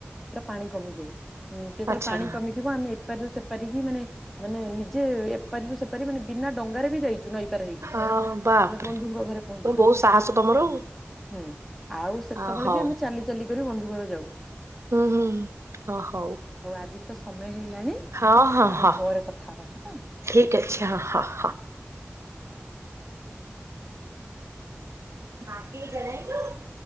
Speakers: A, in the centre; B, on the right.
A: ପୁରା ପାଣି କମିଯାଏ। ହୁଁ ଯେତେବେଳେ
B: ଆଚ୍ଛା
A: ପାଣି କମି ଯିବ ଆମେ ଏପାରି ରୁ ସେପାରିକି ମାନେ ମାନେ ନିଜେ ଏପାରିରୁ ସେପାରି ମାନେ ବିନା ଡଙ୍ଗାରେ ବି ଯାଇଛୁ ନଈ ପାର ହେଇକି
B: ହଁ ବାପରେ
A: ହେଲେ ବନ୍ଧୁଙ୍କ ଘରେ
B: ତ
A: ପହଞ୍ଚିଚୁ।
B: ବହୁତ ସାହସ ତମର ଆଉ।
A: ହୁଁ ଆଉ ସେତେବେଳେ
B: ଆ ହଉ
A: ବି ଆମେ ଚାଲି ଚାଲି କରି ବନ୍ଧୁ ଘର ଯାଉ।
B: ହୁଁ ହୁଁ ହୁଁ ଅ ହଉ।
A: ହଉ ଆଜି ତ ସମୟ ହେଇଗଲାଣି
B: ହଁ ହଁ
A: ଆମେ
B: ହଁ
A: ପରେ କଥା ହବା ହେଲା।
B: ଠିକ ଅଛି ହଁ ହଁ ହଁ। ମାଟି <unintelligible>